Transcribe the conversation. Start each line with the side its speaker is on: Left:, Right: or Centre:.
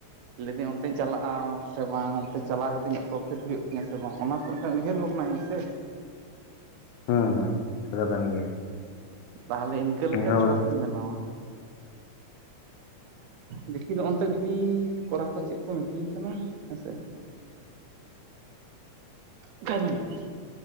Right: ᱞᱟᱹᱭᱫᱟᱹᱧ ᱚᱱᱛᱮᱧ ᱪᱟᱞᱟᱜᱼᱟ ᱥᱮ ᱵᱟᱝ ᱚᱱᱛᱮ ᱪᱟᱞᱟᱣ ᱠᱟᱛᱮ ᱤᱧᱟᱹᱜ ᱯᱨᱚᱯᱷᱤᱴ ᱦᱩᱭᱩᱜ ᱛᱤᱧᱟᱹ ᱥᱮ ᱵᱟᱝ ᱚᱱᱟ ᱢᱤᱫᱴᱟᱝ ᱩᱭᱦᱟᱹᱨ ᱵᱷᱟᱱᱟᱭᱤᱧ ᱥᱮ,
Left: ᱦᱩᱸ ᱟᱫᱚ ᱠᱟᱛᱷᱟ ᱠᱟᱱ ᱜᱮᱭᱟ᱾
Right: ᱛᱟᱦᱮ ᱤᱱᱠᱟᱹ ᱞᱮᱠᱟ
Left: ᱤᱧᱦᱚᱸ
Right: ᱪᱷᱚᱠᱤᱧ ᱵᱮᱱᱟᱣ-ᱟ᱾ ᱫᱮᱠᱷᱤ ᱱᱚᱜᱼᱚᱱᱛᱮ ᱡᱩᱫᱤ ᱠᱚᱲᱟ ᱠᱚ ᱪᱮᱫ ᱠᱚ ᱢᱤᱛᱟᱹᱧ ᱠᱟᱱᱟ ᱦᱮᱸᱥᱮ ᱚᱠᱟᱭ ᱱᱟᱢ ᱭᱟ